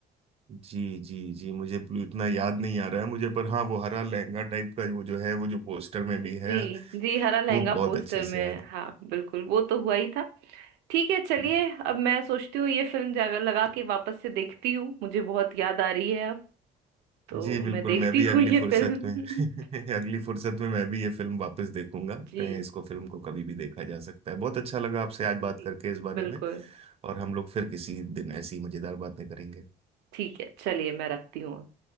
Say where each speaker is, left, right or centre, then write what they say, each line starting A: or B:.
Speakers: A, on the right (about 35°); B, on the right (about 85°).
A: जी जी जी मुझे ब्लू इतना याद नहीं आ रहा है मुझे पर हाँ वो हरा लहंगा टाइप का वो जो है वो जो पोस्टर में भी
B: जी
A: है
B: जी हरा लहंगा
A: वो बहुत
B: पोस्टर
A: अच्छे से
B: में
A: याद
B: हाँ बिल्कुल वो तो हुआ ही था ठीक है चलिए
A: है।
B: अब मैं सोचती हूँ ये फिल्म जाकर लगा के वापस से देखती हूँ मुझे बहुत याद आ रही है अब तो
A: जी बिल्कुल
B: मैं देखती
A: मैं भी अगली
B: हूँ ये
A: फुर्सत
B: फिल्म
A: में <laughs>
B: <laughs>
A: अगली फुर्सत में मैं भी ये फिल्म वापस देखूंगा
B: जी
A: कहीं इसको फिल्म को कभी भी देखा जा सकता है बहुत अच्छा लगा आपसे आज
B: जी
A: बात करके इस बारे
B: बिल्कुल
A: में और हम लोग फिर किसी दिन ऐसी मजेदार बातें करेंगे
B: ठीक है चलिए मैं रखती हूँ